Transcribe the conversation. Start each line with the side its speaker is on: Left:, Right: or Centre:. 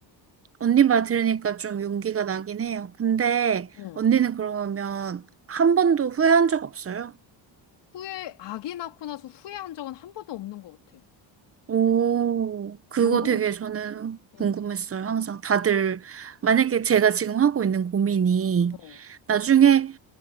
Right: 언니 말 들으니까 좀 용기가 나긴 해요. 근데
Left: 응.
Right: 언니는 그러면 한 번도 후회한 적 없어요?
Left: 후회, 아기 낳고 나서 후회한 적은 한 번도 없는 것 같아.
Right: 오, 그거
Left: 너무,
Right: 되게 저는 궁금했어요.
Left: 응,
Right: 항상 다들 만약에 제가 지금 하고 있는 고민이
Left: 어,
Right: 나중에